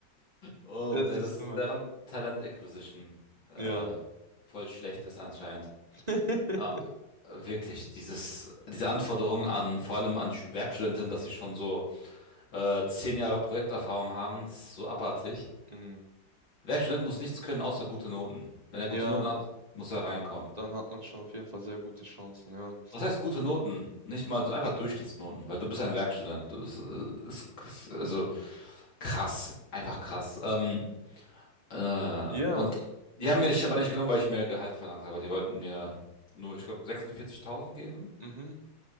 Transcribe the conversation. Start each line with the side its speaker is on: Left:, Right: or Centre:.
Left: oh,
Right: Da siehst
Left: ja, das ist
Right: du mal.
Left: deren Talent Acquisition äh,
Right: Ja.
Left: voll schlecht ist anscheinend.
Right: <laughs>
Left: Ah, wirklich, dieses, diese Anforderungen an, vor allem an Sch- Werkstudentinnen, dass sie schon so äh, zehn Jahre Projekterfahrung haben, das ist so abartig.
Right: Hm.
Left: Werkstudent muss nichts können außer gute Noten. Wenn er
Right: Ja,
Left: gute Noten hat, muss er reinkommen.
Right: dann hat man schon auf jeden Fall sehr gute Chancen, ja.
Left: Was heißt gute Noten? Nicht mal so einfach Durchschnittsnoten, weil du bist ja ein Werkstudent. Das ist, ist also krass, einfach krass. Ähm, äh,
Right: Ja,
Left: und die haben mir
Right: ja,
Left: dich aber nicht genommen, weil ich mehr Gehalt verlangt habe. Die wollten mir nur, ich glaube, 46.000 geben.
Right: mhm.